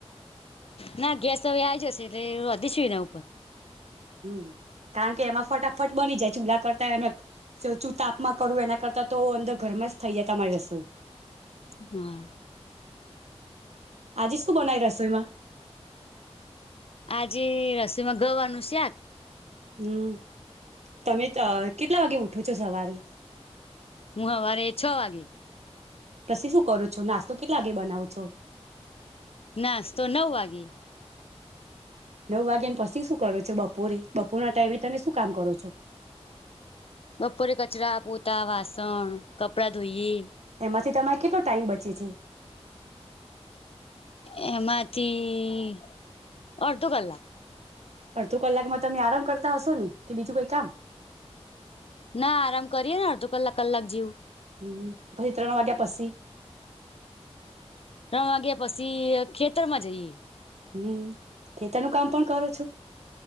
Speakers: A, on the left; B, on the right.
A: ના, ગેસ તો હવે આવી જશે એટલે વધીશ શી નો?
B: હમ્મ, કારણ કે એમાં ફટાફટ બની જાય ચૂલા કરતા એનું તાપમાં કરવું એના કરતાં તો અંદર ઘરમાં જ થઇ જાય તમારી રસોઈ.
A: હમ્મ.
B: આજે શું બનાયુ રસોઈમાં?
A: આજે રસોઈમાં ગવાનું શાક
B: હમ્મ, તમે અ કેટલા વાગે ઉઠો છો સવારે?
A: હવારે છ વાગે
B: પછી શું કરું છો નાસ્તો કેટલા વાગે બનાવો છો.
A: નાસ્તો નવ વાગે.
B: નવ વાગ્યા ને પછી શું કરો છો બપોરે બપોર ના ટાઈમે તમે શું કામ કરો છો?
A: બપોરે કચરા પોતા વાસણ કપડા ધોઈએ.
B: એમાંથી તમારે કેટલો ટાઈમ બચ <inaudible>
A: એમાંથી અડધો કલાક.
B: અડધો કલાકમાં તમે આરામ કરતા હશો ને કે બીજું કઈ કામ
A: ના આરામ કરીએે ને અડધો કલાક કલાક જેવું.
B: હમ પછિ ત્રણ વાગ્યા પસી.
A: ત્રણ વાગ્યા પછી ખેતર માં જઈએ.
B: હમ ખેતરનું કામ પણ કરો છો?